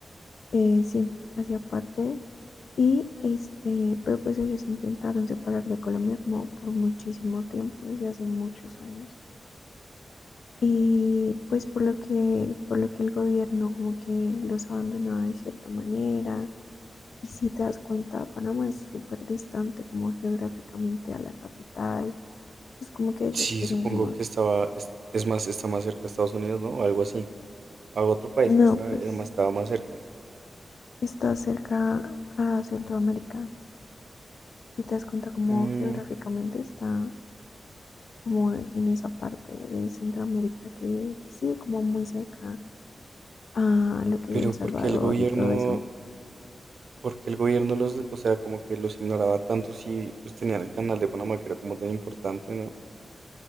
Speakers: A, on the left; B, on the right.
A: eh, sí, hacía parte. Y este, pero pues ellos intentaron separar de Colombia como por muchísimo tiempo, desde hace muchos años. Y pues por lo que, por lo que el gobierno como que los abandonaba de cierta manera. Y si te das cuenta, Panamá es súper distante como geográficamente a la capital. Entonces como que ellos
B: Sí,
A: querían
B: supongo
A: como,
B: que estaba, es, es más, está más cerca a Estados Unidos, ¿no? O algo así. A otro país
A: no,
B: que estaba,
A: pues
B: era más, estaba más cerca.
A: está cerca a Centroamérica. Y te das cuenta como
B: Mm,
A: geográficamente está como en esa parte de Centroamérica que sigue como muy cerca a lo que
B: pero
A: es El Salvador
B: ¿por qué el gobierno,
A: y todo eso.
B: por qué el gobierno los, o sea, como que los ignoraba tanto si pues tenían el canal de Panamá que era como tan importante, ¿no?